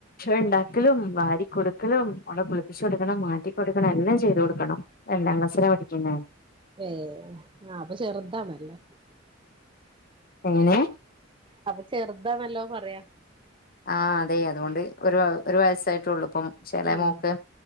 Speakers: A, on the left (about 50°); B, on the right (about 25°).
A: ഉണ്ടാക്കലും വാരി കൊടുക്കലും ഒഓള കുളിപ്പിച്ചു കൊടുക്കണം മാറ്റി കൊടുക്കണം എല്ലാം ചെയ്തു കൊടുക്കണം രണ്ടാം ക്ലാസ്സിലാ പഠിക്കുന്നേ
B: ഏ ആഹ അപ്പൊ ചെറുതാണല്ലോ
A: എങ്ങനെ
B: അപ്പൊ ചെറുതാണല്ലോ പറയാ
A: ആഹ അതെ അതുകൊണ്ട് ഒരു ഒരു വയസ്സായിട്ട ഉള്ളൂ അപ്പം ചില
B: ഉം
A: മോക്ക്